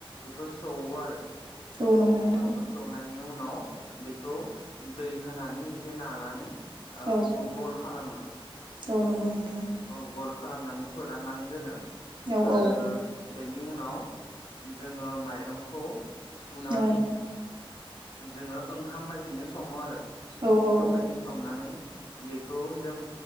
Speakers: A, on the left (about 65°); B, on the right (about 55°).
A: बिखोस सौवो आरो
B: औ नंगौ नोंथां
A: सौ सौनाय नि उनाव बेखौ दै होनानै एसे नानानै ओयो
B: औ
A: बेखौ गल खालामो।
B: औ नंगौ नों
A: औ गल खालामनानै फोराननानै दोनो।
B: औ
A: आरो
B: औ
A: बेनि उनाव उम जोङो माइरंखौ सुनानै
B: औ
A: जोङो ओयो ओंखाम बायदिनो सङो आरो
B: औ
A: ओंखाम
B: औ
A: बायदि संनानै बेखौ जों